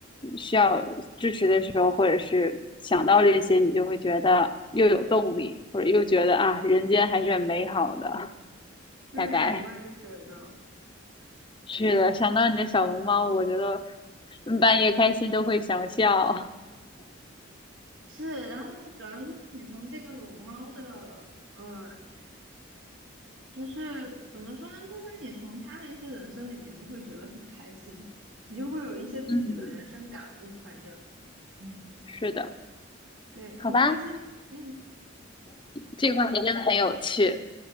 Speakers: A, on the left (about 25°); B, on the right (about 75°).
A: 需要支持的时候，或者是想到这些，你就会觉得又有动力，或者又觉得啊，人间还是很美好的，
B: 对，
A: 大概。
B: 我也觉得。
A: 是的，想到你的小龙猫，我觉得嗯半夜开心都会想笑。
B: 是，然后主要就是你从这个龙猫的，呃，就是怎么说呢？就是你从他的一些人生里面，你会觉得很开心，你就会有一些自己的人生感悟。
A: <laughs>
B: 反正，嗯，
A: 是的，
B: 对，
A: 好吧，
B: 很开心。嗯，
A: 这个话题真的很有趣。